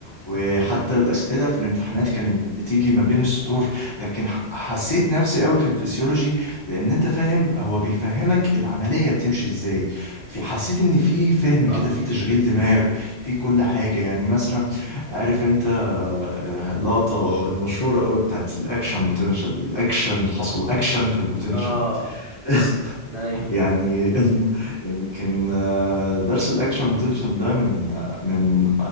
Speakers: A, on the left; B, on the right.
A: وحتى الأسئلة في الامتحانات كانت بتيجي ما بين السطور لكن ح- حسيت نفسي أوي في الفسيولوجي لأن أنت فاهم هو بيفهمك العملية بتمشي إزاي في حسيت ان في فهم
B: صح
A: كده في تشغيل دماغ في كل حاجه يعني مثلا عارف انت آه، اللقطه المشهوره قوي بتاعت الاكشن بوتنشال الاكشن حصل اكشن في البوتنشال
B: اه
A: <laughs>
B: ايوه
A: يعني <laughs> يمكن آه، درس الاكشن بوتنشال ده من آه، من آه،